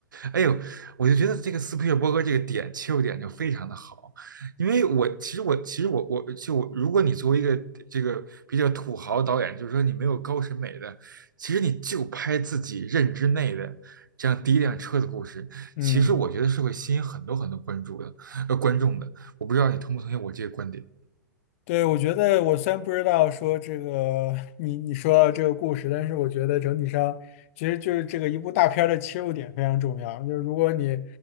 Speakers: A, on the right; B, on the left.
A: 哎呦，我就觉得这个斯皮尔伯格这个点切入点就非常的好，因为我其实我其实我我就我如果你作为一个这个比较土豪导演，就是说你没有高审美的，其实你就拍自己认知内的这样第一辆车的故事，
B: 嗯。
A: 其实我觉得是会吸引很多很多关注的呃观众的。我不知道你同不同意我这个观点？
B: 对，我觉得我虽然不知道说这个 <laughs> 你你说到这个故事，但是我觉得整体上其实就是这个一部大片儿的切入点非常重要。就是如果你